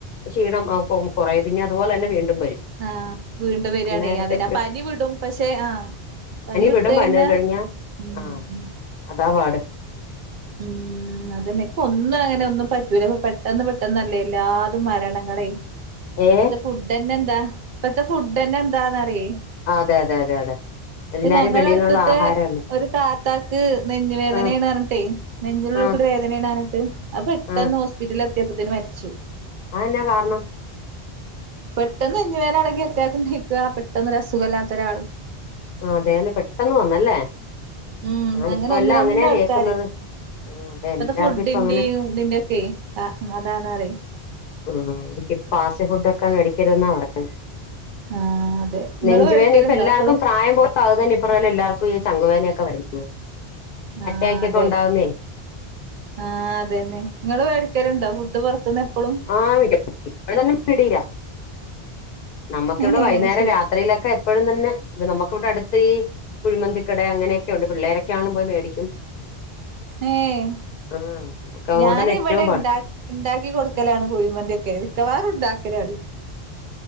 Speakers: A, on the left; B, on the right.
A: ക്ഷീണം ആഹ് ആ കുറയും പിന്നെ അതുപോലെ തന്നെ വീണ്ടും വരും
B: ആഹ് വീണ്ടും വരിയാണെ
A: അന്നേരത്തെ
B: അതിനാ പനി വിടും പക്ഷെ ആഹ് പനി വിട്ട്
A: വിടും
B: കഴിഞ്ഞാ
A: പനി കഴിഞ്ഞ
B: ഉം
A: ആഹ്
B: ഉം
A: അതാ പാട്
B: ഉം അതന്നെ ഇപ്പ ഒന്നും അങ്ങനെ ഒന്നും പറ്റൂല ഇപ്പ പെട്ടന്ന് പെട്ടെന്ന്ല്ലേല്ലാ മരണങ്ങളെ
A: ഏഹ്
B: ഇപ്പത്തെ ഫുഡ്ന്നെ എന്താ ഇപ്പത്തെ ഫുഡ്ന്നെ എന്താന്ന്റിയെ
A: ആഹ് അതെ അതെ അതെ അതെ
B: ഇപ്പ
A: എല്ലാരും
B: ഞങ്ങള
A: വെളിയിന്നുള്ള
B: അടുത്തത്തെ
A: ആഹാരമല്ലേ
B: ഒരു താത്താക്ക് നെഞ്ഞുവേദനയാണ്
A: ആഹ്
B: പറഞ്ഞിട്ടെ നെഞ്ചിലുള്ളിൽ
A: ആഹ്
B: കൂടി വേദന ഇണാനിട്ട് അപ്പ പെട്ടന്ന്
A: ആഹ്
B: ഹോസ്പിറ്റലിൽ എത്തിയപ്പത്തേന് മരിച്ചു
A: അയെന്ന കാരണം
B: പെട്ടെന്ന് നെഞ്ച് വേദന വന്ന് അറ്റാക്ക് കേക്കുക പെട്ടെന്ന് അസുഖമല്ലാത്ത ഒരാൾ
A: ആഹ് അതേനേ പെട്ടന്ന് വന്നല്ലേ
B: ഉം
A: ആഹ്
B: അങ്ങന
A: ഇപ്പ
B: ഒന്ന്
A: എല്ലാം
B: രണ്ടാൾക്കാര്
A: അങ്ങനെയാ കേക്കുന്നത് ആഹ് അതെ
B: ഇപ്പത്തെ
A: എല്ലാർക്കും
B: ഫുഡിന്റെയും
A: ഇപ്പ അങ്ങനെ
B: ഇതിന്റെ ഒക്കെ ആഹ് അതാണ് അറെ
A: ഉം ആയിരിക്കും പാസ്റ്റ് ഫുഡ്‌ഒക്കെ മേടിക്കരുതെന്നാ പറ
B: ആഹ് അതെ ഇങ്ങള്
A: നെഞ്ചുവേദന
B: വേടിക്കലുണ്ടോ
A: ഇപ്പ എല്ലാർക്കും
B: എപ്പളും
A: പ്രായം പോലും അത്തന്നെപ്പ പറഞ്ഞല്ല എല്ലാവർക്കും ഈ ചങ്കുവേദനയൊക്കെ വരുന്നത്
B: ആഹ്
A: അറ്റാക്കൊക്കെ
B: അതെ
A: ഉണ്ടാവുന്നേ
B: ആഹ് അതെന്നെ നിങ്ങള് മേടിക്കലുണ്ടോ ഫുഡ് പുറത്തുന്ന് എപ്പളും
A: ആ മിക്കപ്പോഴും ആവിടെതന്നെ മെഡിര നമ്മുക്കിവിടെ
B: ഏഹ്
A: വൈകുന്നേരം
B: അത് ശരി
A: രാത്രിലൊക്കെ ഇപ്പോഴും തന്നെ ഇ നമുക്കിവിടെ അടുത്ത ഈ കുഴിമന്തിക്കട അങ്ങനെയൊക്കെ ഉണ്ട് പിള്ളേരൊക്കെണുമ്പോ മേടിക്കും
B: ഏഹ്
A: ആഹ് നമുക്ക് അതുകൊണ്ടല്ലേ
B: ഞാന്
A: ഏറ്റവും
B: ഇവിടെ
A: പാട്
B: ഇണ്ടാക്ക ഇണ്ടാക്കി കൊടുക്കലാണ് കുഴിമന്തി ഒക്കെ മിക്കവാറുംഉണ്ടാക്കലാണ്